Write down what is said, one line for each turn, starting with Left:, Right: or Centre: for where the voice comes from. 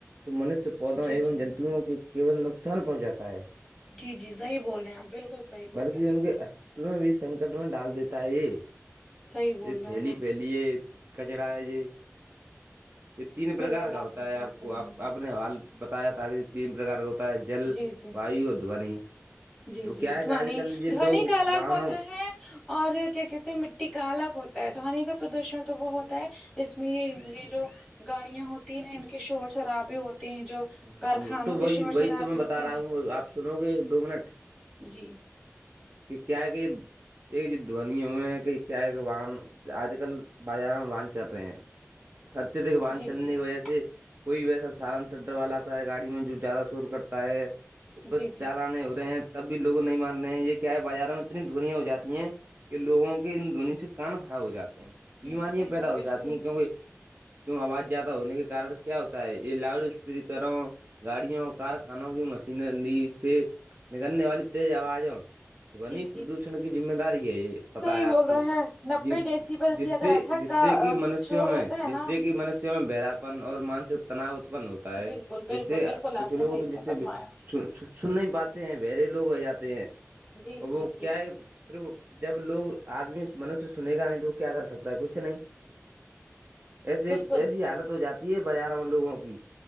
Right: جو منشیہ پودوں
Centre: جی
Right: ا
Centre: جی
Right: جنتوؤں کے کیل نقصان پہنچاتا ہے
Centre: جی جی صحیح بول رہے ہیں آپ بالکل صحیح بول
Right: بلکہ
Centre: رہے ہیں
Right: ان کے است بھی سنکٹ میں ڈال دیتا ہے یہ
Centre: صحیح بول
Right: یہ
Centre: رہے
Right: تھیلی
Centre: ہیں آپ
Right: پھیلی ہے کچرا ہے ج تین پرکار
Centre: بالکل
Right: کا ہوتا
Centre: نے صحیح
Right: ہے آپ کو
Centre: فرمایا
Right: آپ نے حال بتایا تھا کہ تین پرکار کا جل
Centre: جی جی
Right: وایو دونی
Centre: جی
Right: تو
Centre: جی
Right: کیا ہے
Centre: دونی
Right: کہ آج کل یہ
Centre: دونی
Right: لوگ
Centre: کا الگ
Right: واہنوں
Centre: ہوتا ہے اور کیا کہتے ہیں مٹی کا الگ ہوتا ہے دونی کا پردوشن تو وہ ہوتا ہے اس میں یہ یہ جو گاڑیاں ہوتی ہیں نا ان کے شور شرابے ہوتے ہیں جو
Right: ہاں
Centre: کارخانوں
Right: تو تو
Centre: کے
Right: وہی
Centre: شور
Right: وہی
Centre: شرابے
Right: تو میں
Centre: ہوتے
Right: بتا رہا
Centre: ہیں
Right: ہوں آپ سنو گے ایک دو منٹ
Centre: جی
Right: کہ کیا کہ یہ ایک ج دونی ہوئے ہیں کہ کیا کہ واہن آج کل بازاروں میں باند چل رہے ہیں اتیہدک باند
Centre: جی
Right: چلنے
Centre: جی جی
Right: کی وجہ سے کوئی ویسا سالن سے ڈر والا آتا ہے گاڑی میں جو زیادہ سور کرتا ہے اس
Centre: جی
Right: پ
Centre: جی
Right: چال آنے ہو رہے ہیں تب بھی لوگ نہیں مار رہے ہیں یہ بازار میں اتنی دنییا ہو جی ہیں کہ لگوں کے ان دھونی سے کان خراب ہو جاتے
Centre: جی
Right: بیماریاں
Centre: جی بالکل
Right: پیدا ہو
Centre: بالکل
Right: جاتی ہیں کیونکہ کیوں آواز زیادہ ہونے کے کارن کیا ہوتا ہے یہ لاؤڈ اسپیکر ہ گاڑیوں کارخانوں کی مشینری سے نکلنے والی تیز آوازوں دونی
Centre: جی جی
Right: پردوشن
Centre: جی
Right: کی ذمہ داری ہے یہ پتا
Centre: صحیح
Right: ہے
Centre: بول
Right: آپ کو
Centre: رہا ہے نبے
Right: ج
Centre: ڈیسیبل
Right: جس
Centre: اگر
Right: سے
Centre: ادھک
Right: جس
Centre: کا
Right: سے کہ منشوں
Centre: شور
Right: میں
Centre: ہوتا ہے
Right: جس
Centre: نا
Right: سے کہ منشیوں میں براپن اور مانسک تناؤ اتپن ہوتا ہوتا ہے
Centre: بالکل بالکل
Right: جیسے
Centre: بالکل
Right: کچھ
Centre: آپ نے
Right: لوگ
Centre: صحیح
Right: تو جس سے
Centre: فرمایا
Right: س سن نہیں پاتے ہیں بہرے لوگ ہو جاتے ہیں
Centre: جی
Right: اور
Centre: جی
Right: وہ
Centre: جی
Right: کیا ہے پھر وہ جب لوگ آدمی منش سنے گا نہیں تو وہ کیا کر سکتا ہے کچھ نہیں ایسے
Centre: بالکل
Right: ایسی حالت ہو جاتی ہے بازار ان لوگوں کی